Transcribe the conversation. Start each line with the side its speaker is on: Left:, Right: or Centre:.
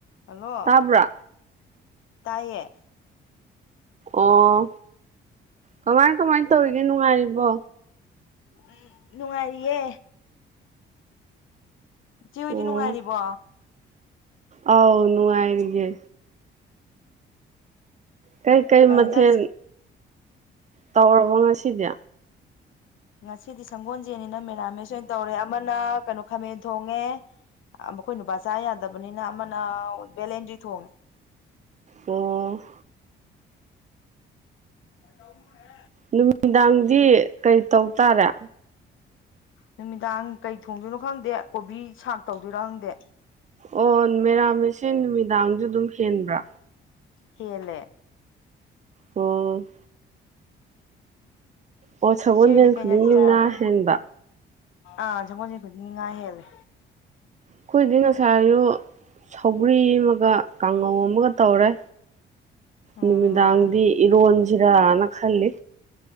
Left: Hello
Right: ꯇꯥꯕ꯭ꯔꯥ
Left: ꯇꯥꯢꯌꯦ
Right: ꯑꯣ ꯀꯃꯥꯏ ꯀꯃꯥꯏ ꯇꯧꯔꯤꯒꯦ ꯅꯨꯡꯉꯥꯏꯔꯤꯕꯣ
Left: ꯎꯝ ꯅꯨꯡꯉꯥꯏꯔꯤꯌꯦ ꯏꯆꯦ ꯍꯣꯏꯗꯤ
Right: ꯑꯣ
Left: ꯅꯨꯡꯉꯥꯏꯔꯤꯕꯣ
Right: ꯑꯥꯎ ꯅꯨꯡꯉꯥꯏꯔꯤꯌꯦ ꯀꯩꯀꯩ
Left: ꯀꯩ
Right: ꯃꯊꯦꯟ
Left: ꯌꯦꯟꯖꯥꯡ
Right: ꯇꯧꯔꯕꯣ ꯉꯁꯤꯗꯤ
Left: ꯉꯁꯤꯗꯤ ꯁꯪꯒꯣꯟꯖꯦꯟꯅꯤꯅ ꯃꯦꯔꯥꯃꯦꯁ ꯑꯣꯏꯅ ꯇꯧꯔꯦ ꯑꯃꯅ ꯀꯅꯣ ꯈꯥꯃꯦꯟ ꯊꯣꯡꯉꯦ <inaudible> ꯃꯈꯣꯏ ꯅꯨꯄꯥ ꯆꯥ ꯌꯥꯗꯕꯅꯤꯅ ꯑꯃꯅ ꯕꯦꯂꯦꯟꯗ꯭ꯔꯤ ꯊꯣꯡꯉꯦ
Right: ꯑꯣ
Left: ꯑꯥ ꯇꯧꯅꯨ ꯍꯦ
Right: ꯅꯨꯡꯗꯥꯡꯗꯤ ꯀꯔꯤ ꯇꯧ ꯇꯥꯔꯦ
Left: ꯅꯨꯃꯤꯗꯥꯡ ꯀꯩ ꯊꯣꯡꯗꯣꯏꯅꯣ ꯈꯪꯗꯦ ꯀꯣꯕꯤ ꯁꯥꯛ ꯇꯧꯗꯣꯏꯔꯥ ꯈꯪꯗꯦ
Right: ꯑꯣ ꯃꯦꯔꯥꯃꯦꯁꯁꯦ ꯅꯨꯃꯤꯗꯥꯡꯖꯨ ꯑꯗꯨꯝ ꯍꯦꯟꯕ꯭ꯔꯣ
Left: ꯍꯦꯜꯂꯦ
Right: ꯑꯣ ꯑꯣ ꯁꯒꯣꯟꯖ‌ꯦꯟ
Left: ꯏꯆꯦ ꯍꯣꯏꯗꯤ ꯀꯩ
Right: ꯈꯨꯗꯤꯡꯒꯤ
Left: ꯏꯟꯖꯥꯡ ꯆꯥꯔꯒꯦ
Right: ꯉꯥ ꯍꯦꯟꯕ
Left: ꯑꯥ ꯁꯒꯣꯟꯖꯦꯟ ꯈꯨꯗꯤꯡꯒꯤ ꯉꯥ ꯍꯦꯜꯂꯦ
Right: ꯑꯈꯣꯏꯗꯤ ꯉꯁꯥꯏꯑꯌꯨꯛ ꯁꯧꯒ꯭ꯔꯤ ꯑꯃꯒ ꯀꯥꯡꯉꯧ ꯑꯃꯒ ꯇꯧꯔꯦ
Left: ꯑꯣ
Right: ꯅꯨꯃꯤꯗꯥꯡꯗꯤ ꯏꯔꯣꯟꯖꯤꯔꯅ ꯈꯜꯂꯤ